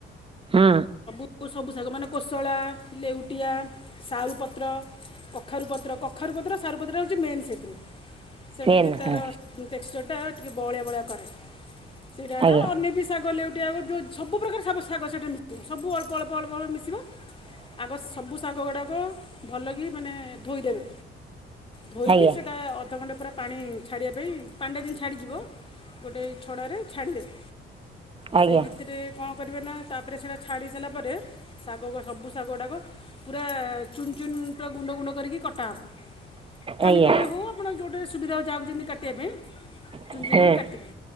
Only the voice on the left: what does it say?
ସବୁ ସବୁ ଶାଗ ମାନେ କୋଶଳା ଲେଉଟିଆ, ସାରୁପତ୍ର, କଖାରୁପତ୍ର, କଖାରୁପତ୍ର ସାରୁପତ୍ରଟା ହେଉଛି ମେନ୍ ସେଥି ସେଠିକି
ତାର
ଟେକ୍ସଚର୍ ଟା ଟିକେ ବହଳିଆ ଭଳିଆ କରେ। ସେଇଟା ହେଲା
ଅନ୍ୟ ବି ଶାଗ ଲେଉଟିଆ ଯୋଉ ସବୁ ପ୍ରକାର ଶାବ ଶାଗ ସେଇଠି ମିସିବ, ସବୁ ଅଳ୍ପ ଅଳ୍ପ ଅଳ୍ପ ଅଳ୍ ମିଶିବ ଆଗ ସବୁ ଶାଗ ଗୁଡାକ ଭଲକି ମାନେ ଧୋଇଦେବେ। ଧୋ
କି ସେଇଟା ଅଧଘଣ୍ଟେ ପୁରା ପାଣି ଛାଡ଼ିବା ପାଇଁ ପାଣିଟା ଜିନି ଛାଡ଼ିଯିବ, ଗୋଟେ ଛଡ଼ାରେ ଛାଡ଼ିଦେବେ।
ସେଇ ଭିତରେ କଣ କରିବେ ନା ତା ପରେ ସେଇଟା ଛାଡ଼ି ସାରିଲା ପରେ ଶାଗ ସବୁ ଶାଗ ଗୁଡ଼ାକ ପୁରା ଚୁନ୍ ଚୁନ୍ ପୁରା ଗୁଣ୍ଡ ଗୁଣ୍ଡ କରିକି କଟାହବ। ପନିକିରି
ହେଉ ଆପଣ ଯେଉଁଟି ସୁବିଧା ହେଉ ଚାହୁଉଛନ୍ତି କାଟିବା ପାଇଁ ଚୁନ
ଚୁନିକି କାଟିବେ